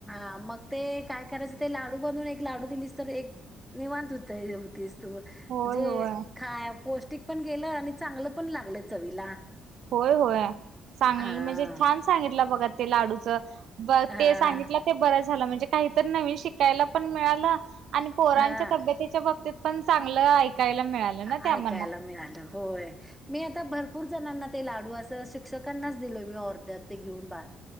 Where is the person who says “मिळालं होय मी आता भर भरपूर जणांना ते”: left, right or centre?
Centre